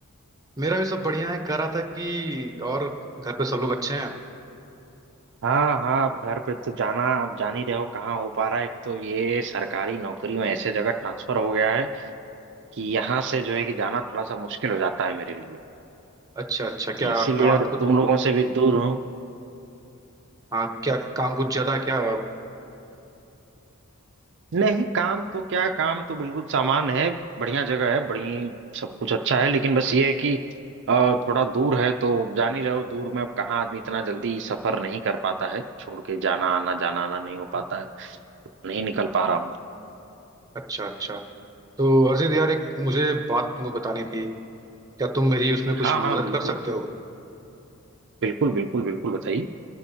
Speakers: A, on the right; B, on the right.
A: मेरा भी सब बढ़िया है कह रहा था कि और घर पे सब लोग अच्छे हैं
B: हाँ हाँ अब घर पे तो जाना अब जान ही रहे हो कहाँ हो पा रहा है एक तो ये सरकारी नौकरी में ऐसे जगह ट्रांसफर हो गया है कि यहाँ से जो है कि जाना थोड़ा सा मुश्किल हो जाता है मेरे लिए
A: अच्छा अच्छा
B: तो
A: क्या
B: इसीलिए
A: काम
B: और
A: कुछ
B: तुम लोगों से भी दूर हूँ
A: हाँ क्या काम कुछ ज्यादा है क्या
B: नहीं काम तो क्या काम तो बिल्कुल सामान है बढ़िया जगह है बढ़िया सब कुछ अच्छा है लेकिन बस ये है कि अ, थोड़ा दूर है तो जान ही रहे हो दूर में अब कहाँ आदमी इतना जल्दी सफर नहीं कर पाता है छोड़ के जाना आना जाना आना नहीं हो पाता है नहीं निकल पा रहा हूँ
A: अच्छा अच्छा तो हर्षित यार एक मुझे बात तुमको बतानी थी क्या तुम मेरी उसमें कुछ
B: हाँ
A: मदद
B: हाँ बिल्कुल
A: कर सकते हो
B: बिल्कुल बिल्कुल बिल्कुल बताइए